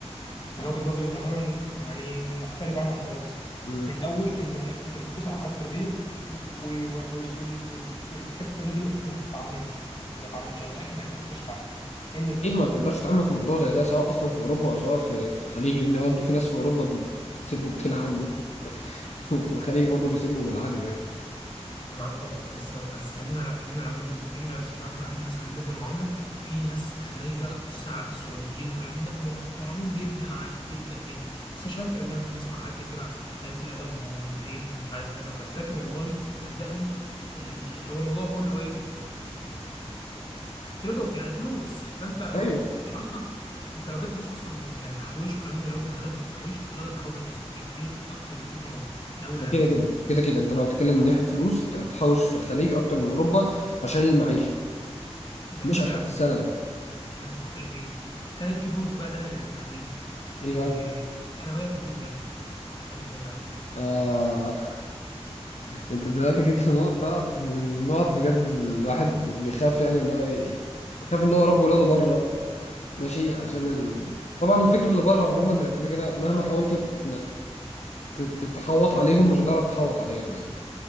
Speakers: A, on the left; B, on the left.
A: من وجهه نظري تماما يعني مختلف عنك خالص
B: امم
A: من اول ان انت بتقيس على حاجات فرديه و- و- وال- وال- والحاجات الفرديه دي ما ت- ما تعممش ما تعممش انا متاكد انك ما تقدرش تعمم ان في
B: اكيد ما تقدرش تعمم في موضوع زي ده سواء اصلا في اوروبا او سواء في, في الخليج لان برضه في ناس في اوروبا بتسب وبتلعن وفي, <laughs> وفي الخليج برضه بيسبوا وبيلعنوا يعني
A: انا معاك طبعا بس بس خلينا خلينا برضه متفقين إن بسم الله الرحمن الرحيم مثلا بالنسبه للمعامله في ناس خلايجه السع- السعوديين وكلام من ده محترمين جدا عادي جدا جدا بس مش هنكر ان احنا بنسمع حاجات كتيره قليله الادب ومديرين مش عارف كذا وكذا لكن والله صدقني ال- هو الموضوع كله ايه تريد اوف يعني فلوس فانت
B: ايوه
A: اصلا انت لو جيت تبص اصلا كتحويش وكلام من ده لو انت هدفك التحويش انت تقدر تحوش في في الخليج اكتر بكتير من اوروبا ده اول هام
B: كده كده كده كده انت لو بتتكلم من ناحية فلوس انت هتحوش في الخليج اكتر من اوروبا عشان المعيشة
A: جميل
B: مش عشان
A: يا عم
B: السالري
A: احنا مش مختلفين تاني في بوينت بقى تانية غير التحويش
B: ايه
A: إيه الا وهي تربية ولادك هتعمل فيها ايه بقى
B: بقى انت دلوقتي جيت في نقطة من النقط بجد الواحد بيخاف يعني ان هو ي- بيخاف ان هو يربي ولاده بره ماشي عشان ال... طبعا الفكر اللي بره عموما كده كده مهما حاولت انك ت- ت- تحوط عليهم مش هتعرف تحوط عليهم يعني